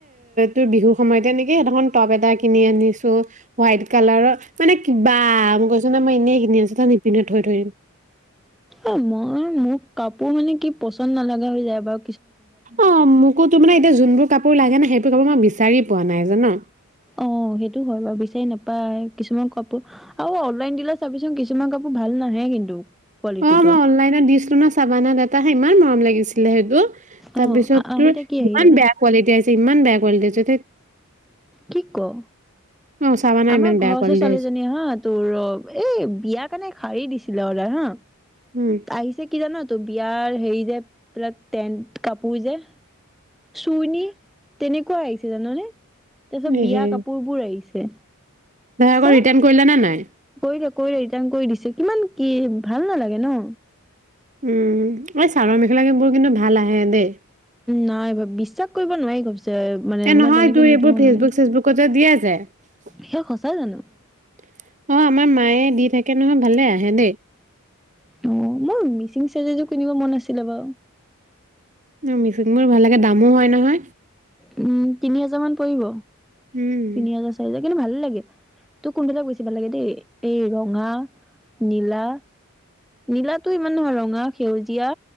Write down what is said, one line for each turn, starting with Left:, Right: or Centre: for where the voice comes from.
Right: তোৰ বিহুৰ সময়তে নেকি সেইখন টপ এটা কিনি আনিছো হোৱাইট কালাৰৰ মানে কি বা গৈছ ন মই এনেই <unintelligible> আছ <unintelligible> থৈ থৈ দিম <unintelligible>
Centre: অঁ, মই মোক কাপোৰ মানে কি পচন্দ নালাগা হৈ যায়! এবাৰ
Right: অঁ, মোকো তো মানে এতিয়া জোনবোৰ কাপোৰ লাগে ন, সেইবোৰ কাপোৰ মই বিচ চাৰি পোৱা নাই, জানা!
Centre: অঁ সেইটো হয় বাৰু, বিচাৰি না পাই কিছুমান কাপোৰ আৰু অনলাইন দিলে চাবিচোন কিছুমান কাপোৰ ভাল নাহে কিন্তু। কোৱালিটিটো
Right: অঁ মই অনলাইনত দিছিলো ন চাবানাত এটা হে, ইমান মৰম লাগিছিলে সেইটো, তাৰপিছত
Centre: অ আহোতে
Right: তোৰ
Centre: কি আহিলে
Right: ইমান বেয়া কোৱালিটি আহিছে ইমান বেয়া কোৱালিটি আহিছে
Centre: কি ক!
Right: অ চাবানা
Centre: আমাৰ
Right: ইমান
Centre: ঘৰৰ
Right: বেয়া
Centre: ওচৰৰ
Right: কোৱালিটি
Centre: ছোৱালীজনীয়ে
Right: আহিছে
Centre: হা তোৰ এই বিয়া কাৰণে শাৰী দিছে <unintelligible> অৰ্ডাৰ হা
Right: উম
Centre: আহিছে কি জান ত বিয়াৰ হেৰি যে পিলাক টেন্ট কাপোৰ যে চুৰনি তেনেকুৱা আহিছে, জাননে! তাৰ পিছত বিয়া
Right: এহে
Centre: কাপোৰ বোৰ আহিছে
Right: তই আকৌ
Centre: <inaudible>
Right: ৰিটাৰ্ণ কৰিলা নে নাই
Centre: কৰি লে কৰি লে ৰিটাৰ্ণ কৰি দিছে কিমান কি ভাল নালাগে ন!
Right: উম, এই চাদৰ মেখেলা বোৰ কিন্তু ভাল আহে দেই।
Centre: নাই বাৰু বিশ্বাস কৰিব নোৱাৰি মানে
Right: এ নহয়,
Centre: মই তেনেকে
Right: তোৰ এইবোৰ
Centre: নিদো অনলাইন।
Right: ফেচবুক চেচবুকতযে দিয়ে যে! অঁ
Centre: সেই সঁচা জানো
Right: আমাৰ মায়ে দি থাকে নহয়, ভালে আহে দেই।
Centre: অ মোৰ মিচিং চাইজ এযোৰ কিনিব মন আছিলে বাৰু।
Right: মিচিং মোৰ ভাল লাগে! দামো হয় নহয়?
Centre: উম তিনি হাজাৰ মান পৰিব।
Right: উম
Centre: তিনি হাজাৰ চাৰি হাজাৰ কিন্তু ভাল লাগে তোৰ কোনবিলাক গৈ <unintelligible> লাগে দেই এই ৰঙা নীলা নীলাটো ইমান নহয় ৰঙা সেউজীয়া